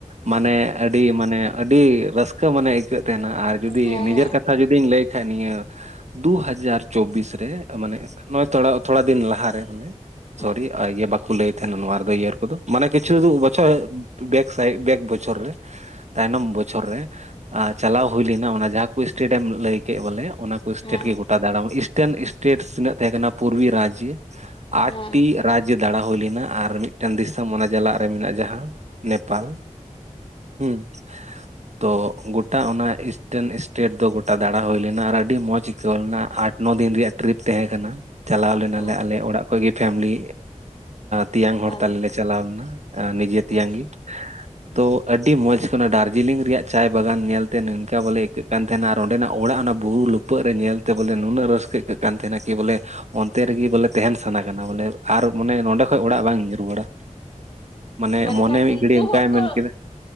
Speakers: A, on the right; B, on the left.
A: ᱢᱟᱱᱮ ᱟᱹᱰᱤ ᱢᱟᱱᱮ ᱟᱹᱰᱤ ᱨᱟᱹᱥᱠᱟᱹ ᱢᱟᱱᱮ ᱟᱹᱭᱠᱟᱹᱜ ᱛᱟᱦᱮᱱᱟ ᱟᱨ ᱡᱩᱫᱤ
B: ᱦᱮᱸ
A: ᱱᱤᱡᱮᱨ ᱠᱟᱛᱷᱟ ᱡᱩᱫᱤᱼᱼ ᱞᱤᱧ ᱞᱟᱹᱭ ᱠᱷᱟᱱᱡ ᱱᱤᱭᱟᱹᱼᱼ ᱫᱩ-ᱦᱟᱡᱟᱨ ᱪᱚᱵᱤᱥ ᱨᱮ ᱢᱟᱱᱮ ᱱᱚᱜ ᱛᱷᱚᱲᱟ ᱛᱷᱚᱲᱟ ᱫᱤᱱ ᱞᱟᱦᱟ ᱨᱮ ᱢᱟᱱᱮᱼᱼ
B: ᱦᱮᱸ
A: ᱥᱚᱨᱤ ᱤᱭᱟ ᱵᱟᱠᱚ ᱞᱟᱹᱭ ᱛᱟᱦᱮᱱᱟ ᱱᱚᱣᱟ ᱨᱮ ᱫᱚ ᱤᱭᱟᱹᱨ ᱠᱚ ᱫᱚ᱾ ᱢᱟᱱᱮ ᱠᱤᱪᱷᱩ <unintelligible> ᱵᱮᱠ ᱥᱟᱭ ᱵᱮᱠ ᱵᱚᱪᱚᱨ ᱨᱮᱼᱼ ᱛᱟᱭᱱᱚᱢ ᱵᱚᱪᱷᱚᱨ ᱨᱮ ᱪᱟᱞᱟᱣ ᱦᱩᱭ ᱞᱮᱱᱟ ᱚᱱᱟ ᱡᱟᱦᱟᱸ ᱠᱚ ᱥᱴᱮᱰᱤᱭᱟᱢ ᱞᱟᱹᱭ ᱠᱮᱫ ᱵᱚᱞᱮ ᱚᱱᱟ ᱠᱚ ᱥᱴᱮᱴ
B: ᱦᱮᱸ
A: ᱜᱮ ᱜᱚᱴᱟ ᱫᱟᱲᱟᱢ ᱤᱥᱴᱟᱨᱱ ᱮᱥᱴᱮᱴ ᱛᱤᱱᱟᱹᱜ ᱛᱟᱦᱮᱸ ᱠᱟᱱᱟ ᱯᱩᱨᱵᱤ ᱨᱟᱡᱽᱡᱚᱼᱼ ᱟᱴ
B: ᱦᱮᱸ
A: ᱴᱤ ᱨᱟᱡᱽᱡᱚ ᱫᱟᱲᱟ ᱦᱩᱭ ᱞᱮᱱᱟ ᱟᱨ ᱢᱤᱫᱴᱮᱱ ᱫᱤᱥᱚᱢᱼᱼ ᱢᱚᱱᱮ ᱡᱟᱞᱟᱜ ᱨᱮ ᱢᱮᱱᱟᱜ-ᱟ ᱡᱟᱦᱟᱸ ᱱᱮᱯᱟᱞ ᱦᱮᱸ ᱛᱚ ᱜᱚᱴᱟ ᱚᱱᱟ ᱤᱥᱴᱮᱱ ᱥᱴᱮᱴ ᱫᱚ ᱜᱚᱴᱟ ᱫᱟᱲᱟ ᱦᱩᱭ ᱞᱮᱱᱟ ᱟᱨ ᱟᱹᱰᱤ ᱢᱚᱡᱽ ᱟᱹᱭᱠᱟᱹᱣ ᱞᱮᱱᱟ ᱟᱴ-ᱱᱚ ᱫᱤᱱ ᱨᱮᱭᱟᱜᱼᱼ ᱴᱨᱤᱯ ᱛᱟᱦᱮᱸ ᱠᱟᱱᱟ ᱪᱟᱞᱟᱣ ᱞᱮᱱᱟ
B: ᱦᱮᱸ
A: ᱞᱮ ᱟᱞᱮ ᱚᱲᱟᱜ ᱠᱷᱚᱱ ᱯᱷᱮᱢᱮᱞᱤ ᱛᱮᱭᱟᱝ ᱦᱚᱲ
B: ᱟᱪᱪᱷᱟ
A: ᱛᱟᱞᱮᱼᱼ ᱪᱟᱞᱟᱣ ᱞᱮᱱᱟ ᱱᱤᱡᱮ ᱛᱮᱭᱟᱝ
B: ᱟᱪᱪᱷᱟ
A: ᱜᱮᱼᱼ ᱛᱚ ᱟᱹᱰᱤ ᱢᱚᱸᱡᱽ ᱠᱟᱱᱟ ᱫᱟᱨᱡᱤᱞᱤᱝ ᱨᱮᱭᱟᱜ ᱪᱟᱭ ᱵᱟᱜᱟᱱ ᱧᱮᱞ ᱛᱮ ᱱᱚᱝᱠᱟ ᱵᱚᱞᱮ ᱟᱹᱭᱠᱟᱹᱜ ᱠᱟᱱ ᱛᱟᱦᱮᱱᱟ᱾ ᱛᱟᱦᱮᱱᱟ ᱟᱨ ᱚᱸᱰᱮ ᱱᱟᱜ ᱚᱲᱟᱜ ᱚᱱᱟ ᱵᱩᱨᱩ ᱞᱩᱯᱟᱹᱜ ᱨᱮ ᱧᱮᱞ ᱛᱮ ᱵᱚᱞᱮ ᱱᱩᱱᱟᱹᱜ ᱨᱟᱹᱥᱠᱟᱹ ᱟᱹᱠᱟᱹᱜ ᱠᱟᱱ ᱛᱟᱦᱮᱱᱟ ᱠᱤ ᱵᱚᱞᱮᱼᱼ ᱚᱱᱛᱮ ᱨᱮᱜᱮ ᱵᱚᱞᱮ ᱛᱟᱦᱮᱱ ᱥᱟᱱᱟ ᱠᱟᱱᱟ ᱵᱚᱞᱮ ᱟᱨ ᱢᱟᱱᱮ ᱱᱚᱸᱰᱮ ᱠᱷᱚᱡ ᱚᱲᱟᱜ ᱵᱟᱝ ᱨᱩᱣᱟᱹᱲᱟ ᱢᱟᱱᱮ
B: ᱢᱮᱱ
A: ᱢᱚᱱᱮ
B: ᱠᱷᱟᱱ
A: ᱢᱤᱫ
B: ᱩᱱᱠᱩ
A: ᱜᱷᱟᱹᱲᱤᱡ ᱚᱱᱠᱟᱭ
B: ᱦᱚᱲ ᱠᱚᱼᱼ
A: ᱢᱮᱱ ᱠᱮᱫᱟ